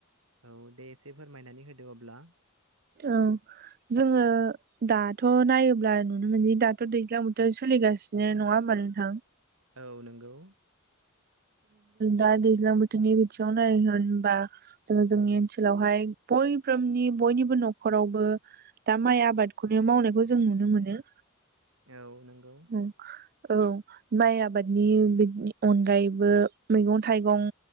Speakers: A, on the right; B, on the right.
A: औ दे एसे फोरमायनानै होदो अब्ला
B: औ जोङो दाथ' नायोब्ला नुनो मोनदि दाथ' दैज्लां बोथोर सोलिगासिनो नङा होनबा नोंथां
A: औ नंगौ
B: दा दैज्लां बोथोरनि बिथिङाव नाय होनबा जोङो जोंनि ओनसोलावहाय बयफ्रोमनि बयनिबो न'खरावबो दा माइ आबादखौनो मावनायखौ जों नुनो मोनो
A: औ नंगौ
B: ओम औ माइ आबादनि बिनि अनगायैबो मैगं थाइगं